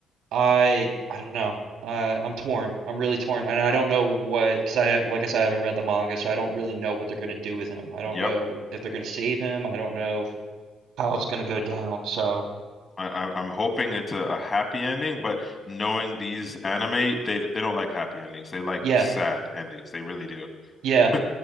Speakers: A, on the right; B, on the left.
A: I I don't know. Uh, I'm torn. I'm really torn, and I don't know what because I have, like I said, I haven't read the manga, so I don't really know what they're going to do with him. I don't
B: Yep.
A: know if they're going to save him. I don't know how it's going to go down. So
B: I, I, I'm hoping it's a, a happy ending, but knowing these anime, they they don't like happy endings. They like
A: yeah,
B: sad endings. They really do.
A: yeah,
B: <laughs>